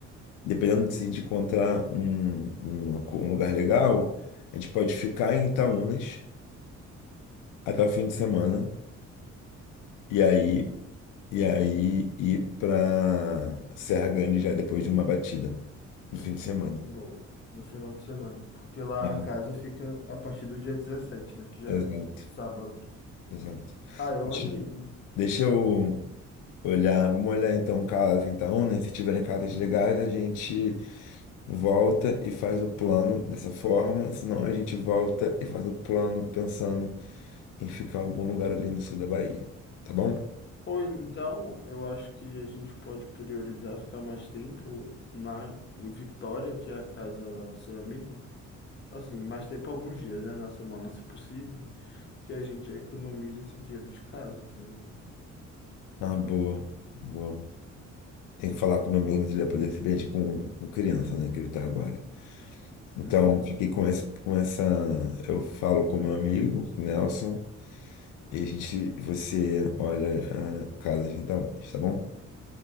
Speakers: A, on the left; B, on the left.
A: Dependendo de se a gente encontrar um, um, acu- um lugar legal, a gente pode ficar em Itaúnas até o fim de semana e aí e aí ir para Serra Grande já depois de uma batida no fim de semana.
B: Boa, no final de semana. Porque lá
A: É,
B: a casa fica a partir do dia dezessete né? Que já
A: exato,
B: é o sábado.
A: exato.
B: Ah, eu
A: Deixa
B: animo.
A: deixa eu olhar, vamos olhar então casa em Itaúnas, se tiverem casas legais, a gente volta e faz o plano dessa forma, senão a gente volta e faz o plano pensando em ficar em algum lugar ali no sul da Bahia, tá bom?
B: Ou então, eu acho que a gente pode priorizar ficar mais tempo na em Vitória, que é a casa lá do seu amigo. Assim, mais tempo alguns dias, né? Na semana, se possível. Que a gente já economiza esse dinheiro de casa também, né?
A: Ah, boa, boa. Tem que falar com meu amigo se ele vai poder ser presente com, com criança, né, que ele tá agora. Então,
B: Uhum.
A: eu fiquei com esse, com essa, eu falo com meu amigo, com o Nelson, e a gente, você olha a casa de gente dá ondas, tá bom?